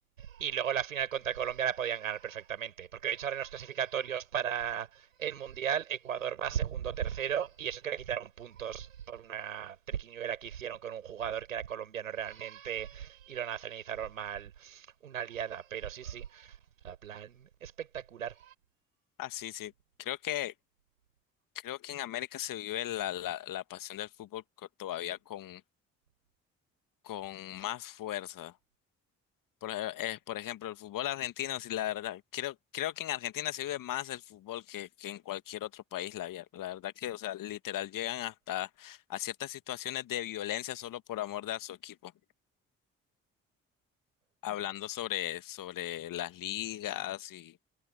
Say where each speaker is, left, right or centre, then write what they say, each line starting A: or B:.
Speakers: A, on the right; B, on the left.
A: y luego la final contra Colombia la podían ganar perfectamente. Porque de hecho ahora en los clasificatorios para el Mundial, Ecuador va segundo tercero y eso que le quitaron puntos por una triquiñuela que hicieron con un jugador que era colombiano realmente y lo nacionalizaron mal. Una liada pero sí, sí. La plan espectacular.
B: Ah, sí, sí. Creo que Creo que en América se vive la, la, la pasión del fútbol co- todavía con, con más fuerza. Por, ej- eh, por ejemplo, el fútbol argentino, sí, la verdad, creo, creo que en Argentina se vive más el fútbol que, que en cualquier otro país. La, vier- la verdad que, o sea, literal llegan hasta a ciertas situaciones de violencia solo por amor de a su equipo. Hablando sobre, sobre las ligas y,